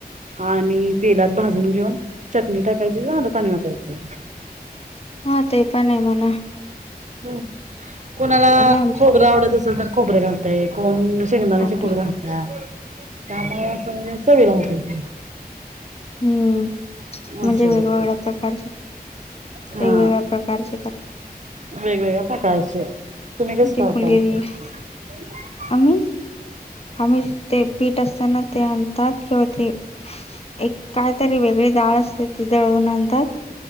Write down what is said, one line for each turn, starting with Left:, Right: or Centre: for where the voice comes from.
Right: आणि तेलात भाजून घेऊन चटणी टाकायची. झालं, पाणी ओतायचं.
Left: हा ते पण आहे मना.
Right: हम् कोणाला,
Left: आमच्या
Right: खोबर आवडत असेल तर खोबरे घालतय, कोण शेंगदाण्याची
Left: बापरे
Right: कूड घालत्यात. त्यामुळे असं, म्हणजे चवीला होते ते.
Left: हम्म, म्हणजे
Right: असं
Left: वेगवेगळ्या
Right: होतय
Left: प्रकारचे
Right: हा,
Left: वेगवेगळ्या प्रकारचे करतात
Right: वेगवेगळ्या प्रकारचे. तुम्ही कस
Left: ती
Right: घालताय?
Left: मुलगी
Right: <unintelligible>
Left: आम्ही? आम्ही ते पीठ असत ना ते आणतात. किंवा ते, एक कायतरी वेगळी डाळ असते ती दळून आणतात.